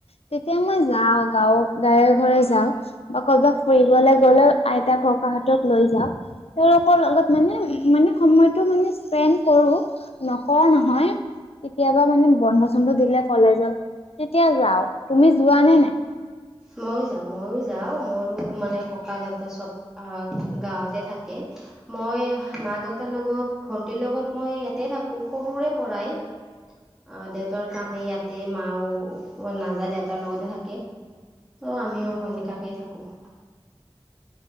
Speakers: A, on the left (about 85°); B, in the centre.
A: তেতিয়া মই যাওঁ গাঁৱ গাৱে ঘৰে যাও বা ক'বাত ফুৰিবলৈ গ'লেও আই আইতা -ককাহতক লৈ যাওঁ, তেওঁলোকৰ লগত মানে মানে সময়টো মানে স্পেণ্ট কৰো, নকৰা নহয় কেতিয়াবা মানে বন্ধ চন্ধ দিলে কলেজত তেতিয়া যাও, তুমি যোৱা নে নাই?
B: মইও যাও মইও যাও মোৰো মানে ককা, দেউতা চব আহ গাঁৱতে থাকে। মই মা, দেউতাৰ লগত ভন্টিৰ লগত মই ইয়াতে থাকো সৰুৰে পৰাই আহ দেউতাৰ কামে ইয়াতে মাও মই নাযায় দেউতাৰ লগতে থাকে ত' আমিও এনেকুৱাকেই থাকো। <inaudible>